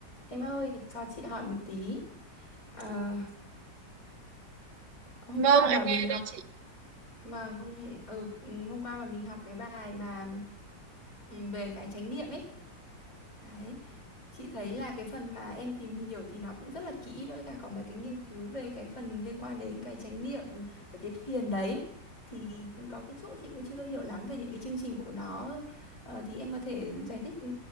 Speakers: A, on the left; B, on the right.
A: Em ơi, cho chị hỏi một tí. À, hôm
B: Vâng,
A: qua
B: em
A: mà mình
B: nghe
A: học
B: đây chị.
A: và hôm ừ, ừ, hôm qua mà mình học cái bài mà ừ, về cái chánh niệm ấy. Đấy. Chị thấy là cái phần mà em tìm hiểu thì nó cũng rất là kỹ với cả có mấy cái nghiên cứu về cái phần liên quan đến cái chánh niệm và cái thiền đấy. Thì có cái chỗ chị cũng chưa hiểu lắm về những cái chương trình của nó. Ờ, thì em có thể giải thích ừ,